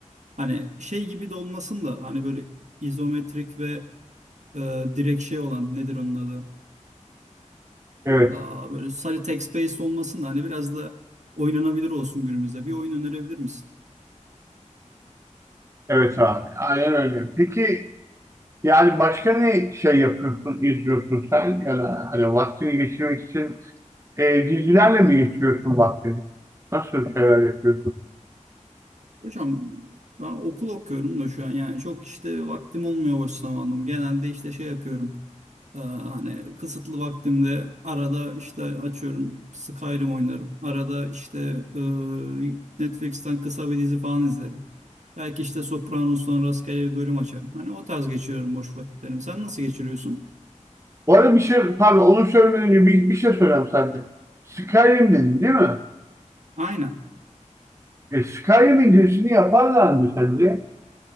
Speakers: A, on the right (about 65°); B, on the right (about 20°).
A: Hani şey gibi de olmasın da hani böyle izometrik ve e, direkt şey olan nedir onun adı?
B: Evet,
A: Aa, böyle sadece text based olmasın da hani biraz da oynanabilir olsun günümüzde. Bir oyun önerebilir misin?
B: evet abi. Aynen öyle. Peki yani başka ne şey yapıyorsun, izliyorsun sen? Ya da hani vaktini geçirmek için e, dizilerle mi geçiriyorsun vaktini? Nasıl şeyler yapıyorsun?
A: Hocam ben okul okuyorum da şu an yani çok işte vaktim olmuyor boş zamanım. Genelde işte şey yapıyorum. Ee, Hani kısıtlı vaktimde arada işte açıyorum Skyrim oynarım. Arada işte e, Netflix'ten kısa bir dizi falan izlerim. Belki işte Sopranos'tan rastgele bir bölüm açarım. Hani o tarz geçiriyorum boş vakitlerimi. Sen nasıl geçiriyorsun?
B: Bu arada bir şey, pardon onu söylemeden önce bir, bir şey söyleyeyim sadece. Skyrim dedin değil mi?
A: Aynen.
B: E, Skyrim'in dizisini yaparlar mı sence?